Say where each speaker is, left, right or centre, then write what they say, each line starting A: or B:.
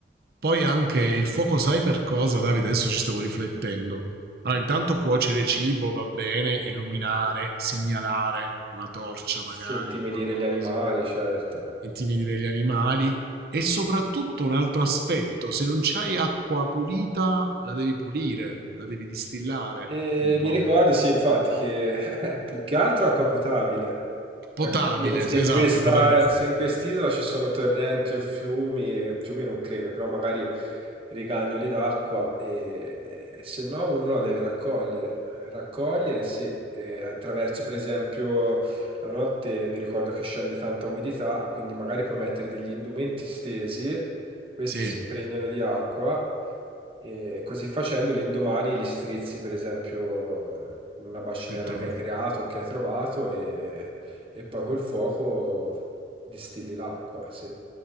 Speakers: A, on the right; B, on the right.
A: Poi anche il fuoco, sai per cosa, Davide? Adesso ci stavo riflettendo. Allora, intanto cuocere cibo va bene, illuminare, segnalare una torcia
B: Sì,
A: magari,
B: intimidire
A: un qualcosa.
B: gli animali, certo.
A: intimidire gli animali e soprattutto un altro aspetto, se non c'hai acqua pulita la devi pulire, la devi distillare
B: E
A: un po'.
B: mi ricordo, sì, infatti, che <laughs> più che altro acqua potabile,
A: Potabile,
B: a capire se
A: esatto,
B: in questa,
A: potabile.
B: se in quest'isola ci sono torrenti o fiumi, fiumi non credo, però magari rigagnoli d'acqua e se no uno la deve raccogliere. Raccogliere, sì, e attraverso per esempio la notte mi ricordo che scende tanta umidità, quindi magari puoi mettere degli indumenti stesi, questi
A: Sì,
B: si impregnano di acqua e così facendo, l'indomani li strizzi, per esempio, eh, in una bacinella
A: per trovare...
B: che hai creato, che hai trovato, e, e poi col fuoco distilli l'acqua, sì.